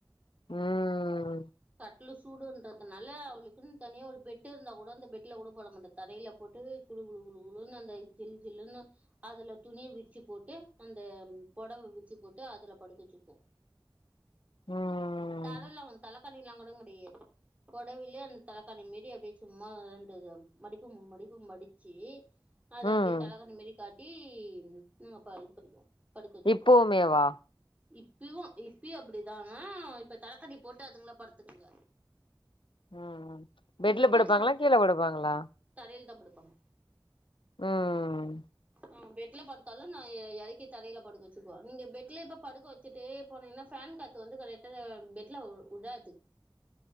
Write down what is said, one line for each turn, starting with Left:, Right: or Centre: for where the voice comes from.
Left: ம்
Right: கட் லு சூடுன்றதுனால அவளுக்குன் தனியா ஒரு பெட்டு இருந்தா கூட அந்த பெட்ல கூட போட மாட்ட தரையில போட்டு குலு குலு குலு குலுனு அந்த ஜில் ஜில்லுன்னு அதுல துணிய வி ரிச்சி போட்டு அந்த பொடவ விருச்சி போட்டு அதுல படுக்க வச்சிப்போம்
Left: ம்
Right: தரல வந் தலக்காணிலா கூட கெடையாது பொடவிலே அந்த தலக்கானி மேரி அப்டே சும்மா ரண்டு மடிப்பு மூணு மடிப்பு மடிச்சி அத
Left: ம்
Right: அப்டே தலகானி மேரி காட்டி நாங்க பா இது பண்ணிக்குவோ படுக்க வச்சிக்குவோ
Left: இப்பவுமேவா
Right: இப்பயும் இப்பயு அப்டிதாங்க இப்ப தலக்காணி போட்டு அதுங்களே படுத்துக்குங்க
Left: ம் பெட்ல
Right: இப்ப தூக்கம்
Left: படுப்பாங்களா கீழ படுப்பாங்களா
Right: தரையில தா படுப்பாங்க
Left: ம்
Right: அவுங்க பெட்ல படுத் தாலும் நா எ எறக்கி தரையில படுக்க வச்சிக்குவ நீங்க பெட்ல இப்ப படுக்க வச்சிட்டே போனீங்கன்ன ஃபேன் காத் து வந்து கரெக்ட்டா பெட்ல உடாது